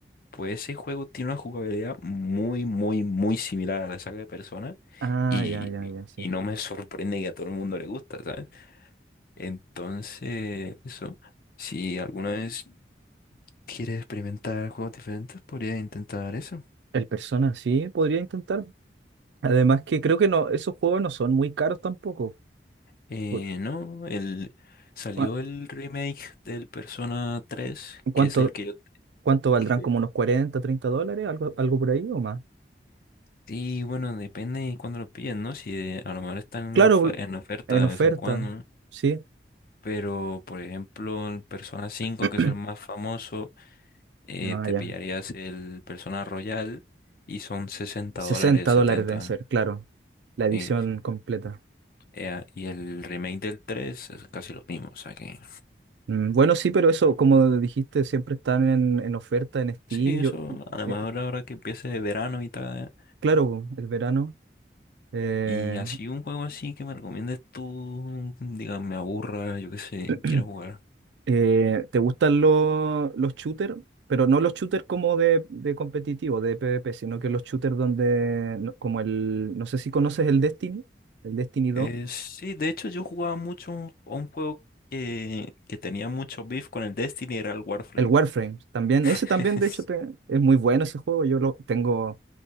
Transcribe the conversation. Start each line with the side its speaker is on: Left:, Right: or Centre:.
Left: Pues ese juego tiene una jugabilidad muy, muy, muy similar a la saga de Persona
Right: Ah,
Left: y,
Right: ya, ya, ya, sí.
Left: y no me sorprende que a todo el mundo le gusta, ¿sabes? Entonces, eso, si alguna vez quieres experimentar juegos diferentes, podría intentar eso.
Right: El Persona sí podría intentar. Además que creo que no, esos juegos no son muy caros tampoco.
Left: Eh,
Right: Por-
Left: no, el, salió
Right: ¿cua-
Left: el remake del Persona 3,
Right: ¿Cuánto,
Left: que es el que yo...
Right: cuánto valdrán?
Left: que-
Right: ¿Como unos 40, 30 dólares? ¿Algo, algo por ahí o más?
Left: Sí, bueno, depende de cuándo lo pillen, ¿no? Si eh, a lo mejor están en,
Right: Claro,
Left: ofe- en oferta
Right: en
Left: de
Right: oferta,
Left: vez en cuando, ¿no?
Right: sí.
Left: Pero, por ejemplo, en Persona 5,
Right: <clears throat>
Left: que es el más famoso, eh,
Right: No,
Left: te
Right: ya.
Left: pillarías el Persona Royal y son 60
Right: sesenta
Left: dólares,
Right: dólares
Left: setenta
Right: deben ser, claro. La edición
Left: Sí.
Right: completa.
Left: Eh, y el remake del 3 es casi lo mismo. O sea que,
Right: Mm, Bueno, sí, pero eso, como dijiste, siempre están en, en oferta en Steam.
Left: sí, eso
Right: Yo,
Left: a lo
Right: eh,
Left: mejor ahora que empiece de verano y tal.
Right: claro, el verano. eh,
Left: Y así un juego así que me recomiendes tú, diga, me aburra, yo qué sé,
Right: <clears throat>
Left: quiero jugar.
Right: Eh, ¿te gustan los los shooters? Pero no los shooters como de, de competitivo, de PvP, sino que los shooters donde, no- como el, no sé si conoces el Destiny, el Destiny dos,
Left: Eh, sí, de hecho yo jugaba mucho a un juego que, que tenía mucho beef con el Destiny, era el Warframe.
Right: el Warframe, también,
Left: <laughs>
Right: ese también de hecho te- es muy bueno ese juego, yo lo tengo,